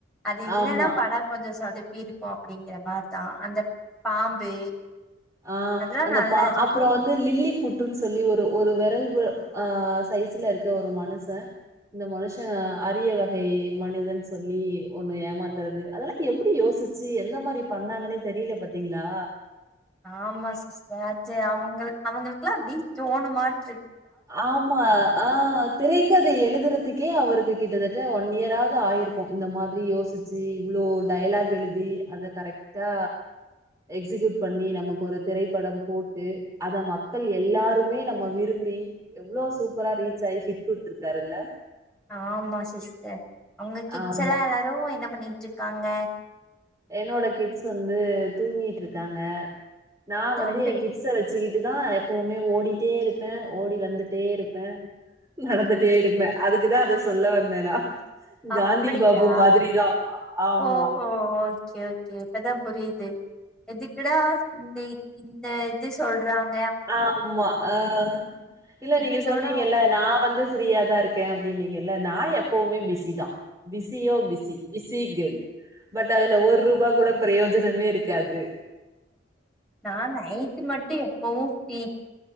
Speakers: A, in the centre; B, on the right.
A: அது இல்லன்னா
B: ஆமா
A: படொ கொஞ்ச சொதப் பி இருக்கு அப்படிங்கிற மாரிதா அந்த பாம்பு
B: ஆ
A: அதெல்லா
B: அந்த
A: நல்லா
B: பா
A: இருக்கு
B: அப்றோ வந்து லில்லி புட்டுன் சொல்லி ஒரு ஒரு வெரல் வ ஆ சைஸ்ல இருக்க ஒரு மனுஷ இந்த மனுஷ அரிய வகை மனிதன் சொல்லி ஒண்ணு ஏமாத்துறது அதெல்லா எப்புடி யோசிச்சு எந்த மாரி பண்ணாங்கனே தெரில பாத்தீங்ளா
A: ஆமா சிஸ்டர் அஜ்ஜய அவுங்கள் அவுங்களுக்லா அப்டி தோணுமான்
B: ஆமா ஆ‌ திரைக்கதை எழு துரதுக்கே அவருக்கு கிட்டத்தட்ட ஒன் இயராது ஆயிருக்கு இந்த மாதிரி யோசிச்சு இவ்ளோ டைலாக் எழுதி அத கரெக்டா எக்ஸிகியூட் பண்ணி நமக்கு ஒரு திரைப்படம் போட்டு அத மக்கள் எல்லாருமே நம்ம விரும்பி எவ்ளோ சூப்பரா ரீச் ஆயி ஹிட் குடுத்துருக்காருல்ல
A: ஆமா சிஸ்டர். உங்க கிட்ஸ்
B: ஆமா.
A: எல்லா எல்லாரு என்ன பண்ணிட்டு இருக். காங்க.
B: என்னோட கிட்ஸ் வந்து தூங்கிட்டு இருக்காங்க. நா
A: ரெண்டு
B: வந்து என் கிட்ஸச வச். சுக்கிட்டுதா எப்பவுமே ஓடிட்டே இருப்ப ஓடி வந்துட்டே இருப்ப. நடந்துட்டே இருப்ப. அதுக்குதா அத சொல்ல வந்த நா. காந்தி
A: அப்படியா
B: பாபு மாதிரிதா ஆமா.
A: ஓஹோ ஓகே ஓகே இப்பதா புரியுது. எதுக்குடா இந்த இதன இந்த இது சொல்றாங்.
B: ஆமா ஆஹ இல்ல
A: கிட்ஸோட
B: நீங்க சொன்னீங்க இல்ல நா வந்து ஃப்ரீயாதா இருக்க அப்படின்னீங்க. இல்ல நா எப்பவுமே பிஸிதா. பிசியோ பிசி பிஸ். தீ கேள். பட் அதுல ஒரு ரூபா கூட பிரியோஜன. மே இருக்காது.
A: நா நைட்டு மட்டும் எப்பவும் ஃப்ரி.